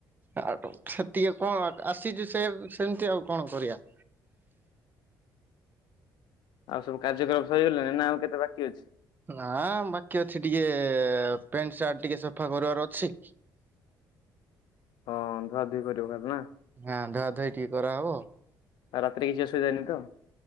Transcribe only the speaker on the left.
ଆଉ ସବୁ କାର୍ଯ୍ୟକ୍ରମ ସରିଗଲାଣି ନା ଆଉ କେତେ ବାକି ଅଛି?
ହଁ ଧୁଆ ଧୁଇ କରିବ ଖାଲି ନା।
ଆଉ ରାତିରେ କିଛି ଅସୁବିଧା ହେଇନି ତ।